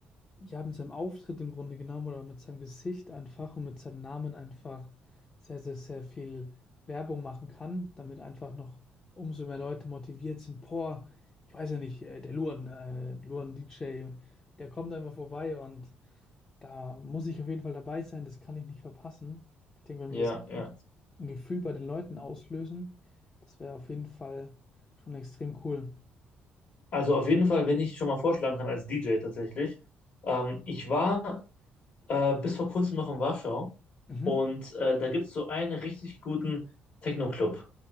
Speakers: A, on the left; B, on the left.
A: Ja, mit seinem Auftritt im Grunde genommen oder mit seinem Gesicht einfach und mit seinem Namen einfach sehr, sehr, sehr viel Werbung machen kann, damit einfach noch umso mehr Leute motiviert sind. Boah, ich weiß ja nicht, äh, der Luan, äh, Luan DJ, der kommt einfach vorbei und da muss ich auf jeden Fall dabei sein, das kann ich nicht verpassen. Ich denke, wenn
B: Ja,
A: wir so
B: ja.
A: ein Gefühl bei den Leuten auslösen, das wäre auf jeden Fall schon extrem cool.
B: Also auf jeden Fall, wenn ich schon mal vorschlagen kann als DJ tatsächlich. Ähm, ich war äh, bis vor kurzem noch in Warschau
A: Mhm.
B: und äh, da gibt es so einen richtig guten Techno-Club.